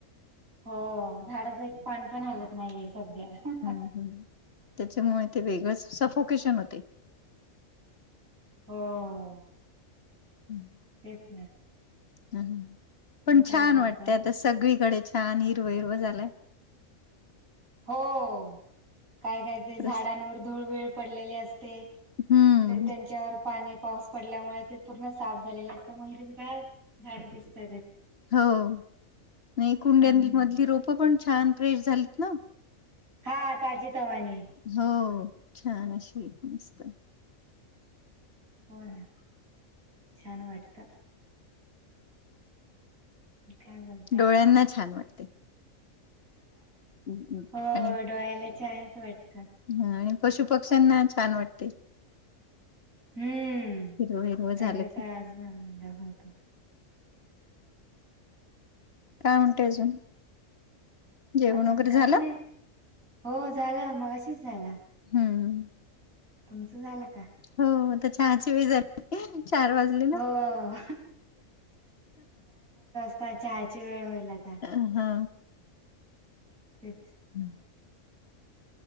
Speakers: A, on the right; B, on the left.
A: हो झाडाचं एक पान पण हलत नाहीये सध्या
B: हम् त्याच्यामुळे ते वेगळंच सफोकेशन होते
A: होम
B: हम्म
A: तेच नाही
B: ह पण
A: काय
B: छान
A: बोलताय?
B: वाटतेय आता सगळीकडे छान हिरव हिरव झालाय
A: हो काय काय ते
B: प्रस
A: झाडांवर धूळवेळ पडलेले असते
B: हम्म
A: ते त्यांच्यावर पाणी पाऊस पडल्यामुळे ते पूर्ण साफ झालेले अस आता महिरगार झाड दिसतात आहेत.
B: हो नाही कुंड्यां
A: हम्म
B: मधली रोप पण छान फ्रेश झालीत. ना
A: हा ताजी तवानी
B: हो छान अशी मस्त
A: हो ना छान वाटतं काय बोल
B: डोळ्यांना छान वाटते. हम्म हम्म.
A: हो
B: आणि
A: डोळ्याला हायाच वाटतं.
B: हा आणि पशु पक्ष्यांना छान वाटते.
A: हम्म
B: हिरव हिरव झालं
A: त्यांला
B: की
A: तर अजून आनंद होत.
B: काय म्हणतेय अजून जेवण
A: अजून
B: वगैरे
A: काही
B: झालं?
A: नाही हो झालं मग अशीच झालं.
B: हम्म
A: तुमचं झालं का?
B: हो आता चहाची झाली चार वाजले ना
A: हो चहा ची वेळ होईल आता
B: अ हा
A: तेच
B: हम्